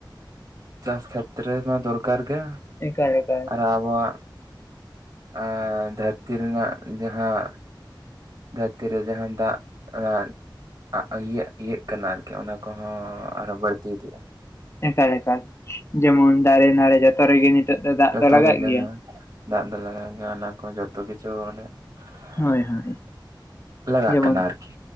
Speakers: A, on the right; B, on the left.
A: ᱪᱟᱥ ᱠᱷᱮᱛ ᱨᱮ <unintelligible> ᱢᱟ ᱫᱚᱨᱠᱟᱨ ᱜᱮ
B: ᱮᱠᱟᱞ ᱮᱠᱟᱞ
A: ᱟᱨ ᱟᱵᱚᱣᱟᱜ ᱮᱸ ᱫᱷᱟᱹᱨᱛᱤ ᱨᱮᱱᱟᱜ ᱡᱟᱦᱟᱸ ᱫᱷᱟᱨᱛᱤ ᱨᱮ ᱡᱟᱦᱟᱱ ᱫᱟᱜ ᱚᱱᱟ ᱟᱜ ᱤᱭᱟᱹᱜ ᱤᱭᱟᱹᱜ ᱠᱟᱱᱟ ᱟᱨᱠᱤ ᱚᱱᱟ ᱠᱚᱦᱚᱸ ᱟᱨᱚ ᱵᱟᱹᱲᱛᱤ ᱤᱫᱤᱜᱼᱟ ᱾
B: ᱮᱠᱟᱞ ᱮᱠᱟᱞ ᱡᱮᱢᱚᱱ ᱫᱟᱨᱮ ᱱᱟᱹᱲᱤ ᱡᱚᱛᱚ ᱨᱮᱜᱮ ᱱᱤᱛᱚᱜ ᱫᱚ ᱫᱟᱜ
A: ᱡᱚᱛᱚ
B: ᱫᱚ ᱞᱟᱜᱟᱜ
A: ᱨᱮᱜᱮ
B: ᱜᱮᱭᱟ
A: ᱦᱮᱸ
B: ᱾
A: ᱫᱟᱜ ᱫᱚ ᱞᱟᱜᱟᱣ ᱜᱮᱭᱟ ᱚᱱᱟ ᱠᱚ ᱡᱚᱛᱚ ᱠᱤᱪᱷᱩ ᱚᱱᱮ <unintelligible>
B: ᱦᱳᱭ ᱦᱳᱭ
A: ᱞᱟᱜᱟᱜ
B: ᱡᱮᱢᱚᱱ
A: ᱠᱟᱱᱟ ᱟᱨᱠᱤ